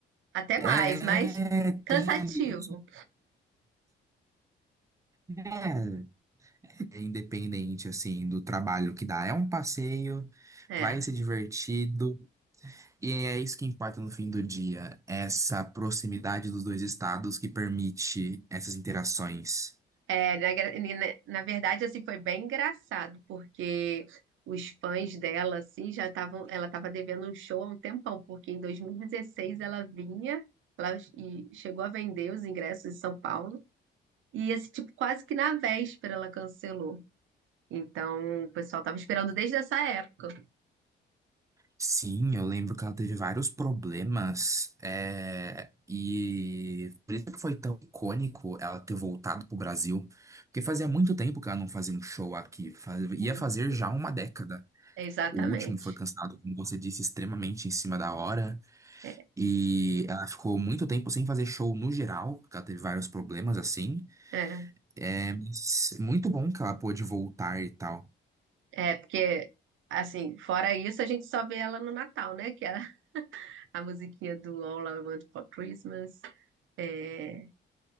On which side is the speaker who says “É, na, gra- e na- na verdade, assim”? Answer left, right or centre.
Right